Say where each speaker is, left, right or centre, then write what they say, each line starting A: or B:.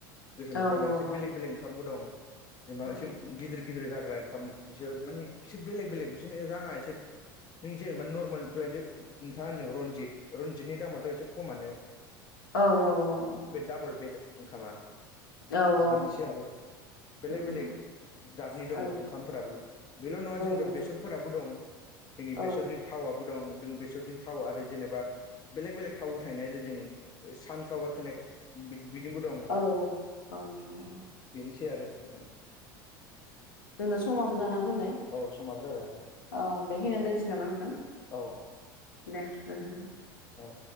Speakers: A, on the left (about 35°); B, on the left (about 80°).
A: गोसोम
B: औ
A: ओंखाम दं एसे
B: औ
A: बेलेग बेलेग ओंखामबो दं। जेनबा
B: उम
A: एसे गिदिर गिदिर गिदिर जाग्रा ओंखाम बिसोर माने बिसोर बेलेग बेलेग बिसनो राङा एसे नों जेनेबा नर्मेल। दाय नोंथाङा होनदों रनजित रनजितनि दामाथ' एसे खमानो।
B: औ औ औ औ।
A: बे डाबल बेड ओंखामा।
B: औ औ।
A: बिनोसै आरो बेलेग
B: उम
A: बेलेग
B: उम
A: जातनि दं
B: औ
A: ओंखामफोराबो बेल' नङा जेनेबा
B: नंगौ
A: बेसर फोराबो दं जोंनि
B: औ
A: बेसरनि थावआबो दं जों बेसरनि थाव आरो जेनेबा बेलेग बेलेग थाव थाहनाय जों सानफ्लावारखौ। बिदिनोबो दं
B: औ नंगौ नोंथां नंगौ।
A: बेनोसै आरो नोंथां।
B: जोंना समाबो जाना फैबाय
A: औ समाबो जाबाय
B: औ बे खिनि <unintelligible> दोनसै नामा नोंथां?
A: औ
B: दे गोजोन्थों
A: औ।